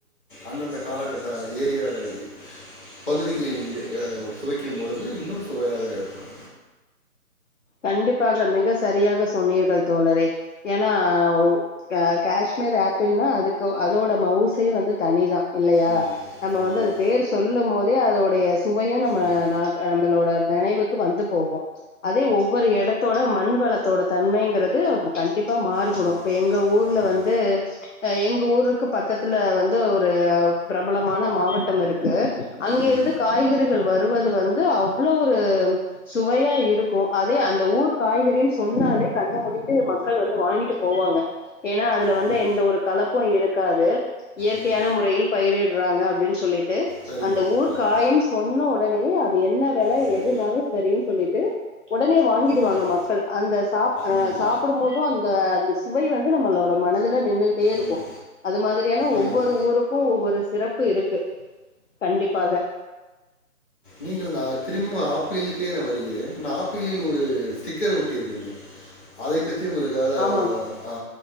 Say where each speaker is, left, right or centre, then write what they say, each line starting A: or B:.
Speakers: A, on the left; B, on the left.
A: அந்தந்த காலகட்ட ஏரியாயி பகுதிகளில் ஆ சுவைக்கும் பொழுது இன்னும் சுவையாக இருக்கும்
B: கண்டிப்பாக மிக சரியாக சொன்னீர்கள் தோழரே ஏன்னா உ அ கேஷ்மேர் ஆப்பிள்னா அதுக்கு அதோட மௌவுசே வந்து தனிதா இல்லையா
A: ம்
B: நம்ம
A: ஆமாம்
B: வந்து அது பேர் சொல்ல போதே அதோடைய சுவையு நம்ம
A: ம்
B: நாக் நம்புளோட நெனைவுக்கு வந்து போகு அதே ஒவ் ஒவ்வொரு எடத்தோட மண் வளத்தோட தன்மைங்கிறது கண்டிப்பாக மாறுபடு
A: ம்,
B: இப்ப எங்க ஊர்ல
A: ம்,
B: வந்து எங்க ஊருக்கு பக்கத்தில்ல வந்து ஒரு ஆ பிரபலமான மாவட்டம் இருக்கு அங்கேருந்து
A: ம்,
B: காய்கறிகள் வருவது வந்து அவ்ளோ ஒரு சுவையா இருக்கு அதே அந்த ஊர் காய்கறின் சொன்னாலே கண்ண மூடிட்டு மக்கள் வந்து வாங்கிட்டு போவாங்க ஏன்னா அதுல வந்து
A: ம்,
B: எந்த ஒரு கலப்பு இருக் க்காது இயற்கையான
A: ம்.
B: முறையில் பயிரிடுறாங்க அப்பிடின் சொல்லிட் ட்டு
A: சரி
B: அந்த ஊர்
A: ம்
B: காயம் சொன்ன உ உடனயே அது என்ன வில
A: ம் ம்
B: எதுனாலு செரின் சொல்லிட்டு உடனே வாங்கிடுவாங்க
A: ம் ம்
B: மக்கள் அந்த சாப் அ
A: ம்
B: சாப்பிடும் போது அந்த அந்து சுவை வந்து நம்மளோட மனதுல நின்னுட்டே இருக்கு
A: ம்
B: அது மாதிரியான
A: ம்
B: ஒவ்வொரு
A: ம்
B: ஊருக்கு ஒவ்வொரு சிறப்பு இருக்கு கண்டிப்பாக
A: நீங்கள் நா திரும்பு ஆப்பிலுக்கே நா வருகிறேன் ஆப்பிளில் ஒரு ஸ்டிக்கர் ஒட்டியிருக்குமே அதை பத்தி உங்குளுக் அத
B: ஆமாம்
A: ஆ